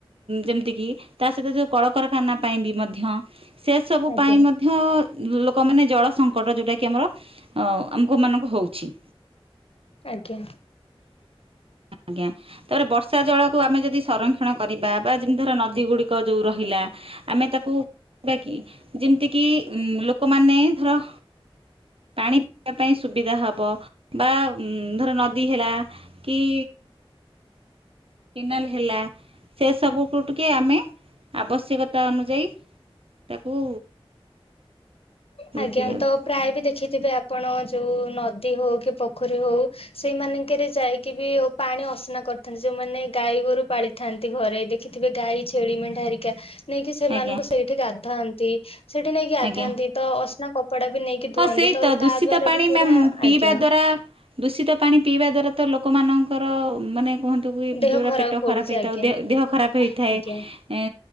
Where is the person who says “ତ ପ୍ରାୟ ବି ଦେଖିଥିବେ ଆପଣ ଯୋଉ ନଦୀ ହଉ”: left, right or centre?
Left